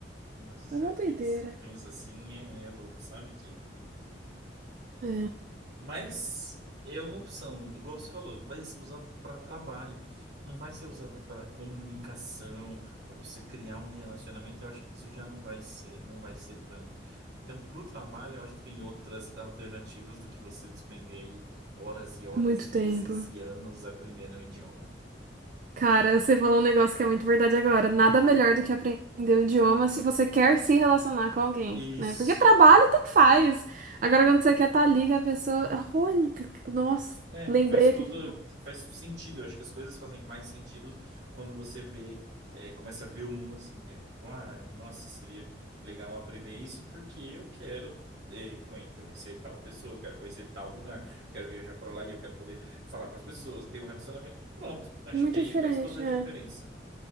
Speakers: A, on the right; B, on the right.
A: Nossa,
B: é uma
A: é,
B: doideira.
A: penso, penso assim, é, é louco, sabe? De...
B: É,
A: Mas é uma opção, igual você falou, vai ser usado para trabalho, não vai ser usado para comunicação, para você criar um relacionamento. Eu acho que isso já não vai ser, não vai ser tanto. Então, para o trabalho, eu acho que tem outras alternativas do que você despender aí horas e horas
B: muito
A: e meses
B: tempo.
A: e anos aprendendo o idioma.
B: Cara, você falou um negócio que é muito verdade agora. Nada melhor do que aprender um idioma se você quer se relacionar com alguém,
A: Isso,
B: né? Porque trabalho tanto faz. Agora, quando você quer estar ali com a pessoa. Olha, nossa,
A: É,
B: lembrei
A: faz
B: aqui
A: todo,
B: de.
A: faz sentido. Eu acho que as coisas fazem mais sentido quando você vê, é, começa a ver o mundo assim, né? Tipo, ah, nossa, seria legal aprender isso porque eu quero é, conhe- conhecer tal pessoa, eu quero conhecer tal lugar, quero viajar para lá e eu quero poder falar com as pessoas, ter um relacionamento. Pronto, acho
B: Muito
A: que aí
B: diferente,
A: faz toda a diferença.
B: é.